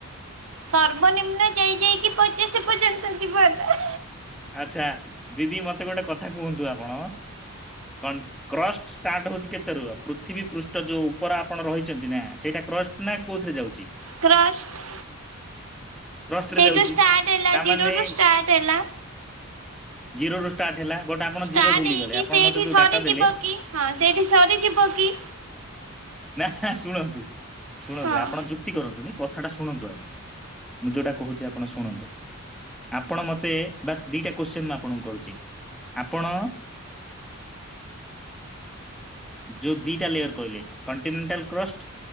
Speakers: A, on the right; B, in the centre.
A: ସର୍ବନିମ୍ନ ଯାଇ ଯାଇକି ପଚାଶ ପଚାଶ୍ ଯିବ ଏକା।
B: ଆଛା ଦିଦି ମତେ ଗୋଟେ କଥା କୁହନ୍ତୁ ଆପଣ? କନ୍ କ୍ରଷ୍ଟ ଷ୍ଟାଟ୍ର୍ ହଉଛି କେତେ ର ପୃଥିବୀ ପୃଷ୍ଠ ଯୋଉ ଉପର ଆପଣ ରହିଛନ୍ତି ନା ସେଇଟା କ୍ରଷ୍ଟ ନାଇଁ କୋଉଥିରେ ଯାଉଛି
A: କ୍ରଷ୍ଟ୍।
B: <inaudible> ରେ
A: ସେଇଠୁ
B: ଯାଉଛି।
A: ଷ୍ଟାର୍ଟ ହେଲା
B: ତାମାନେ
A: ଜିରୋ ରୁ ଷ୍ଟାର୍ଟ ହେଲା।
B: ଜିରୋ ରୁ ଷ୍ଟାର୍ଟ ହେଲା। ବଟ୍ ଆପଣ
A: ଷ୍ଟାର୍ଟ
B: ଜିରୋ ଭୁଲିଗଲେ
A: ହେଇକି
B: ଆପଣ
A: ସେଇଠି
B: ମତେ ଯୋଉ
A: ସରିଯିବ
B: ଡାଟା ଦେଲେ
A: କି ହଁ ସେଇଠି ସରିଯିବ କି?
B: ନା ହା ଶୁଣନ୍ତୁ ଶୁଣନ୍ତୁ
A: ହଁ
B: ଆପଣ ଯୁ ଯୁକ୍ତି କରନ୍ତୁନି କଥାଟା ଶୁଣନ୍ତୁ ଆଗେ ମୁଁ ଯୋଉଟା କହୁଛି ଆପଣ ଶୁଣନ୍ତୁ ଆପଣ ମତେ ବାସ୍ ଦିଟା କୋଶ୍ଚିନ୍ ମୁଁ ଆପଣଙ୍କୁ କରୁଚି। ଆପଣ ଯୋଉ ଦିଟା ଲେୟର କହିଲେ କଣ୍ଟିନେଣ୍ଟାଲ୍ କ୍ରଷ୍ଟ